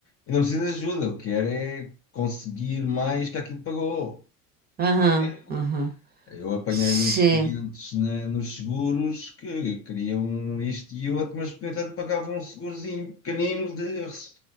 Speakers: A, on the left; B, on the right.
A: e não precisa de ajuda, o que quer é conseguir mais que aquilo que pagou.
B: Aham,
A: Certo?
B: aham.
A: Eu apanhei
B: Sim,
A: muitos clientes na- nos seguros que queriam isto e outro, mas, no entanto, pagavam um segurozinho pequenino de rece-